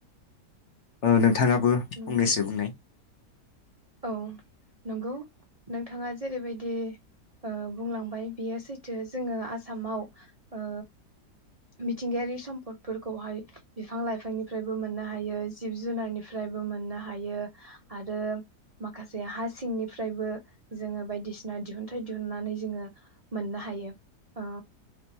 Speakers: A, on the left (about 50°); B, on the right (about 45°).
A: ओ नों थाङाबो फंनैसो
B: नंगौ
A: बुंनाय।
B: औ नोंगौ नोंथाङा जेरैबायदि ओ बुंलांबाय बियो सैथो जोङो आसामाव ओ मिथिंगायारि सम्पदफोरखौहाय बिफां लाइफांनिफ्रायबो मोननो हायो जिब जुनारनिफ्रायबो मोननो हायो आरो माखासे हा सिंनिफ्रायबो जोङो बायदिसिना दिहुनथाइ दिहुननानै जोङो मोननो हायो ओ